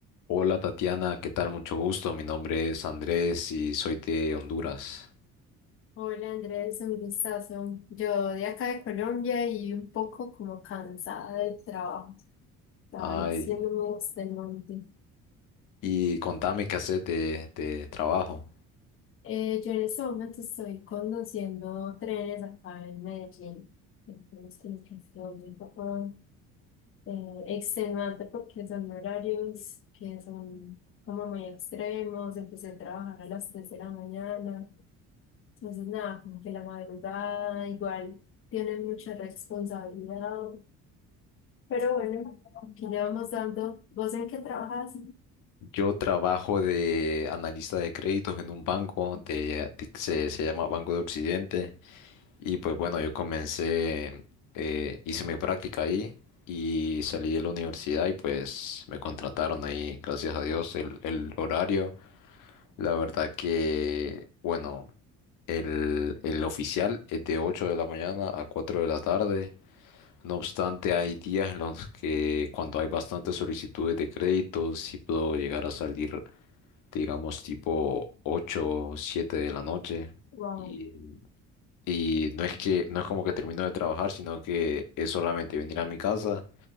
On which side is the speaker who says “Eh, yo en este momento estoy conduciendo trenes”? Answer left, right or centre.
Left